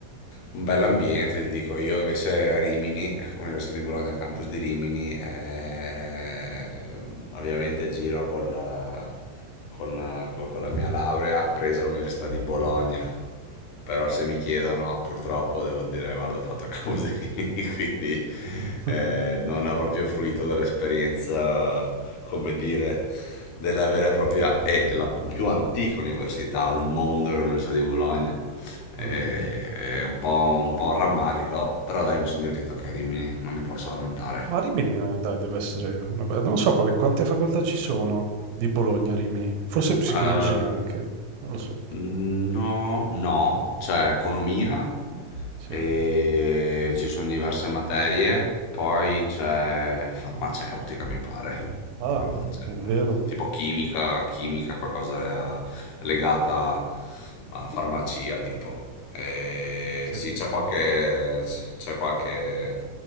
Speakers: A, on the left; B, on the right.
A: un bell'ambiente, ti dico io invece a Rimini, Università di Bologna, campus di Rimini, eh, ovviamente giro con la, con la- con- con la mia laurea presa all'Università di Bologna. Però se mi chiedono, purtroppo devo dire, guarda, ho fatto così, <laughs> quindi
B: <laughs>
A: eh, non ho proprio fruito dell'esperienza, come dire, della vera e propria e la più antica università al mondo, l'Università di Bologna. E-
B: Mm.
A: È un po', un po' un rammarico, però dai, mi sono divertito anche a Rimini, non mi posso lamentare.
B: Ma Rimini, eh, dai, deve essere una be- non so quale- quante facoltà ci sono di Bologna a Rimini, forse psicologia
A: Ah,
B: anche, non lo so.
A: No, no, c'è economia
B: Sì.
A: e ci sono diverse materie, poi c'è farmaceutica, mi pare,
B: Ah,
A: roba del genere.
B: vero?
A: Tipo chimica, chimica, qualcosa eh, legata a farmacia, tipo. E
B: Sì,
A: sì, c'è qualche, c'è qualche